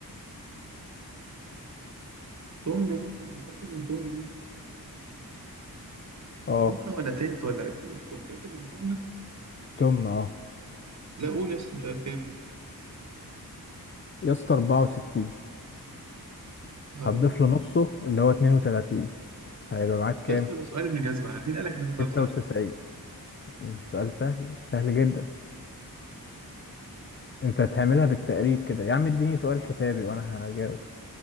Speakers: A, on the right; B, on the left.
A: تمنة مثلا أنت متأكد من تمنة دي
B: اه
A: تمنة ولا تلت ولا قد إيه؟ أنت متأكد من تمنة؟
B: تمن اه
A: لا قول يس مش عارف كام
B: يا اسطى 64
A: أربعة
B: هتضيف له نصه اللي هو 32 هيبقى معاك كام
A: يس ده سؤال سؤال ابن جزمة مين قالك ان ده سؤال
B: 96
A: سهل
B: مش سؤال سهل سهل جدا انت هتعملها بالتقريب كده يا عم اديني سؤال حسابي وانا هجاوب